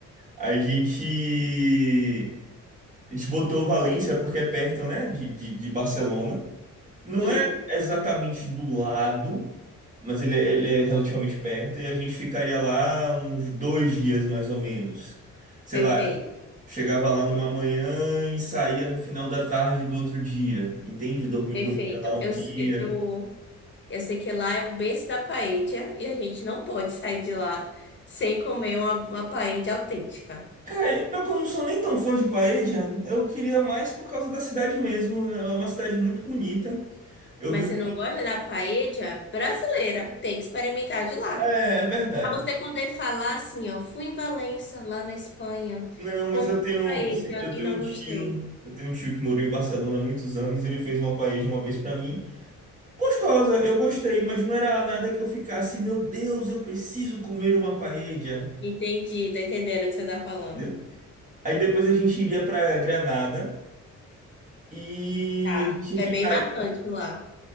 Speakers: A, on the right (about 25°); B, on the left (about 40°).
A: A gente, a gente botou Valência porque é perto, né, de, de de Barcelona. Não
B: Sim,
A: é exatamente do lado. mas ele, é- ele é relativamente perto e a gente ficaria lá uns dois dias mais ou menos. Sei
B: perfeito.
A: lá, chegava lá numa manhã e saía no final da tarde do outro dia, entende? Dormi,
B: Perfeito.
A: dormia lá um
B: Eu,
A: dia.
B: s- eu, eu sei que lá é o berço da paella e a gente não pode sair de lá sem comer uma, uma paella autêntica.
A: Cara, eu, pior que eu não sou nem tão fã de Paella, eu queria mais por causa da cidade mesmo. É uma cidade muito bonita. Eu
B: Mas
A: vi.
B: se não gosta da paella brasileira, tem que experimentar de lá.
A: É, é verdade.
B: Para você poder falar assim, ó, fui em Valença, lá na Espanha,
A: Não, mas
B: comi
A: eu tenho,
B: paella
A: esse- eu
B: e
A: tenho
B: não
A: um
B: gostei.
A: tio, eu tenho um tio que morou em Barcelona há muitos anos, e ele fez uma paella uma vez pra mim. Gostosa, eu gostei, mas não era nada que eu ficasse, meu Deus, eu preciso comer uma paella,
B: Entendi, tô entendendo o que você tá falando.
A: entendeu? Aí depois a gente iria para Granada e
B: Tá.
A: a gente
B: É
A: ficaria,
B: bem marcante lá.